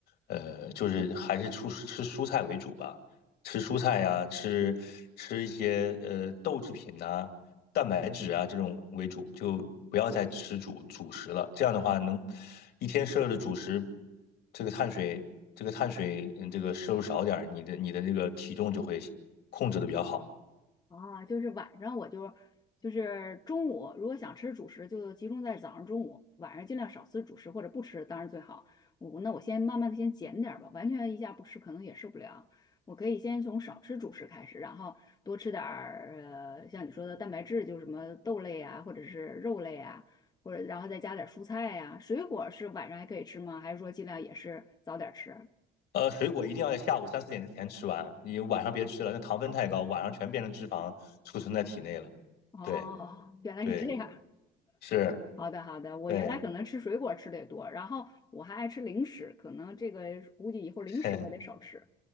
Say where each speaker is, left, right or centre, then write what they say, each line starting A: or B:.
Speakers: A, on the left; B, on the left.
A: 呃，就是还是出吃蔬菜为主吧，吃蔬菜呀、吃吃一些呃豆制品呐、蛋白质啊这种为主，就不要再吃主主食了。这样的话，能一天摄入的主食，这个碳水，这个碳水，嗯，这个摄入少点儿，你的你的那个体重就会控制的比较好。
B: 啊，就是晚上我就就是中午，如果想吃主食，就集中在早上、中午，晚上尽量少吃主食或者不吃，当然最好。我那我先慢慢的先减点儿吧，完全一下不吃可能也受不了。我可以先从少吃主食开始，然后多吃点儿呃，像你说的蛋白质，就是什么豆类啊，或者是肉类啊，或者然后再加点儿蔬菜呀、水果是晚上还可以吃吗？还是说尽量也是早点儿吃？
A: 呃，水果一定要在下午三四点之前吃完，你晚上别吃了，那糖分太高，晚上全变成脂肪储存在体内了。
B: 哦，
A: 对
B: <laughs> 原来是这样。
A: 对，是，
B: 好的，好的。我原来可能吃水果吃的也多，
A: 对，
B: 然后我还爱吃零食，可能这个估计以后零食我得少吃。
A: <laughs> 嘿。